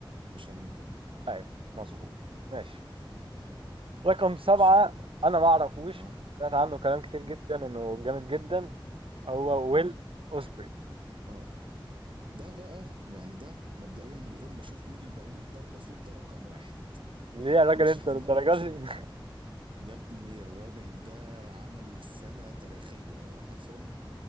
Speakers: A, on the right (about 70°); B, on the right (about 85°).
A: مش هننكر دي
B: ايوه مظبوط ماشي
A: ماشي
B: رقم سبعة
A: خش على اللي بعده
B: أنا ما أعرفوش
A: اه
B: بس سمعت عنه كلام كتير
A: اه
B: جدا إنه جامد جدا هو ويل
A: اه
B: أوسبري
A: اه ده بقى يعني ده مبدئيا من غير ما اشوف مين الباقيين ده المفروض ده رقم واحد
B: ليه يا راجل
A: مش
B: أنت
A: هتناقش
B: للدرجة دي؟
A: يا ابني الراجل ده عمل سنة تاريخية يعني حرفيا